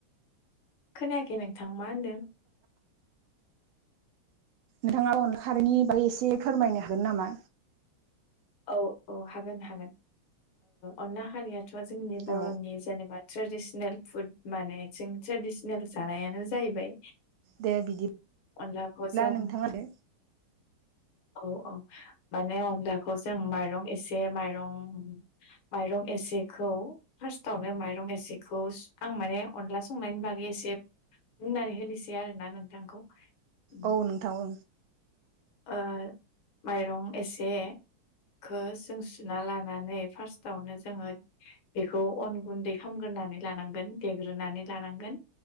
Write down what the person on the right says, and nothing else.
नोंथाङा अन खारनि बागै एसे फोरमायनो हागोन नामा
औ
दे बिदिब्ला
नोंथाङा दे
औ नोंथां ओ